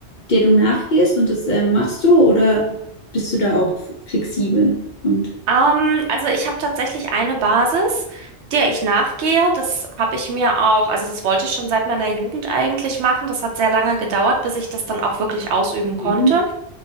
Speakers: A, on the left (about 55°); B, on the right (about 80°).
A: der du nachgehst und das äh, machst du oder bist du da auch flexibel und
B: Ähm, also ich habe tatsächlich eine Basis, der ich nachgehe. Das habe ich mir auch, also das wollte ich schon seit meiner Jugend eigentlich machen. Das hat sehr lange gedauert, bis ich das dann auch wirklich ausüben konnte.
A: Mhm.